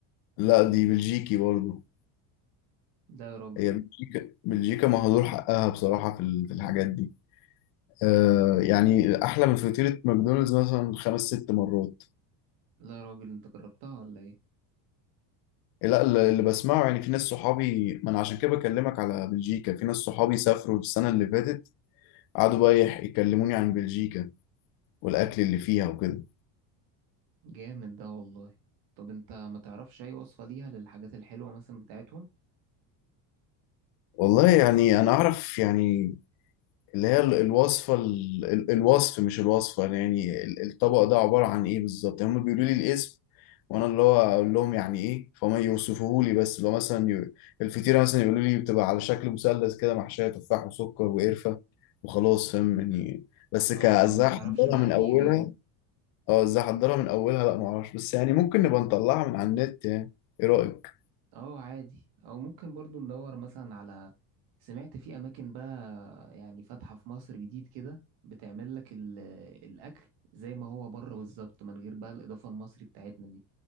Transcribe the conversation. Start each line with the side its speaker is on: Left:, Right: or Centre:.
Left: لا دي بلجيكي برضو
Right: لا يا راجل
Left: هي بلجيكا بلجيكا مهدور حقها بصراحة في ال- في الحاجات دي آه يعني احلى من فطيره ماكدونالدز مثلا خمس ست مرات
Right: لا يا راجل انت جربتها ولا ايه
Left: لا اللي اللي بسمعه يعني في ناس صحابي ما انا عشان كده بكلمك على بلجيكا في ناس صحابي سافروا السنه اللي فاتت قعدوا بقى يح- يكلموني عن بلجيكا والاكل اللي فيها وكده
Right: جامد ده والله طب انت ما تعرفش اي وصفة ليها للحاجات الحلوة مثلا بتاعتهم
Left: والله يعني انا اعرف يعني اللي هي ال- الوصفة ال- ال- الوصف مش الوصفة يعني ال- الطبق ده عبارة عن ايه بالظبط يعني هم بيقولوا لي الاسم وانا اللي هو اقول لهم يعني ايه فهم يوصفوه لي بس لو مثلا ي- الفطيرة مثلا يقولوا لي بتبقى على شكل مثلث كده محشية تفاح وسكر وقرفة وخلاص فاهم يعني بس
Right: اه
Left: ك ازاي
Right: ما تعرفش
Left: احضرها
Right: مقادير
Left: من اولها
Right: يعني
Left: اه ازاي احضرها من اولها لا معرفش بس يعني ممكن نبقى نطلعها من على النت يعني ايه رأيك؟
Right: اه عادي او ممكن برضو ندور مثلا على سمعت في اماكن بقى يعني فاتحة في مصر جديد كده بتعمل لك ال... الاكل زي ما هو بره بالظبط من غير بقى الاضافة المصري بتاعتنا دي